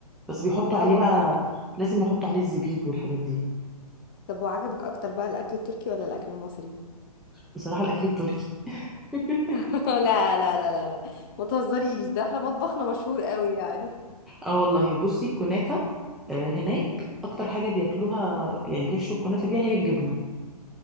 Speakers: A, in the centre; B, on the left.
A: بس بيحطوا
B: لا
A: عليه
B: والله
A: بقى
B: طب
A: لازم يحطوا عليه الزبيب والحاجات دي
B: طب وعجبك اكتر بقى الاكل التركي ولا الاكل المصري
A: بصراحة الأكل التركي <laughs>
B: <laughs> لا لا لا لا لا ما تهزريش ده احنا مطبخنا مشهور قوي يعني
A: اه والله بصي الكنافة آه، هناك أكتر حاجة بياكلوها يعني بيحشوا الكنافة بيها هي الجبنة